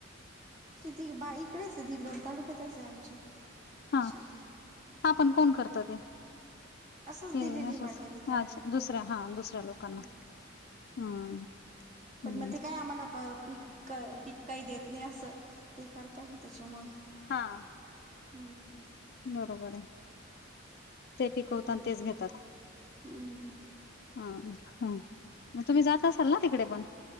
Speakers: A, on the right; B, on the left.
A: किती बा इकडेच आहे. दिंडोरी तालुक्यातच आहे आमची.
B: हा.
A: शेती
B: हा आपण कोण करत ते?
A: असंच
B: हं.
A: दिलेली
B: असच.
A: वाटेनी करायला
B: अच्छा दुसऱ्या हा दुसऱ्या लोकांना.
A: हम्म
B: हम्म.
A: पण
B: हम्म
A: मग ते काय आम्हाला प पीक- पीक काही देत नाही असं. ते करता ना त्याच्यामुळ.
B: हां.
A: हम्म.
B: बरोबर ए. ते पिकवता
A: हम्म
B: आणि तेच घेतात.
A: हम्म
B: हा. हा. मग तुम्ही जात असाल ना तिकडे पण?